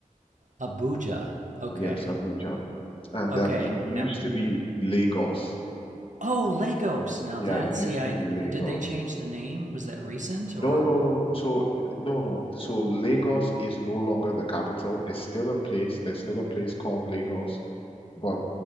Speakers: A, on the right; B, on the left.
A: Abuja. Okay.
B: Yes, Abuja. And
A: Okay.
B: um, it used
A: Now,
B: to be Lagos.
A: oh, Lagos. Now
B: Yeah,
A: that,
B: it used
A: see, I
B: to be Lagos.
A: did they change the name? Was that recent
B: No,
A: or?
B: no, no. So, no, no. So Lagos is no longer the capital. It's still a place. There's still a place called Lagos. but